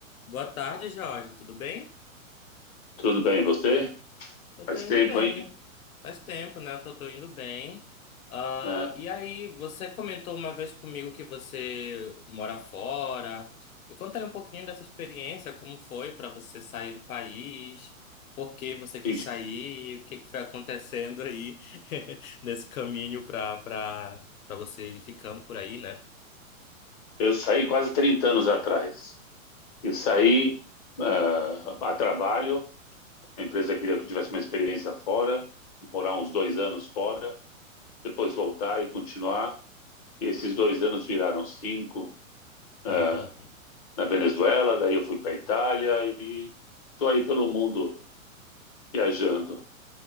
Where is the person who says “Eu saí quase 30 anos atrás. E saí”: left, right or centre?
Left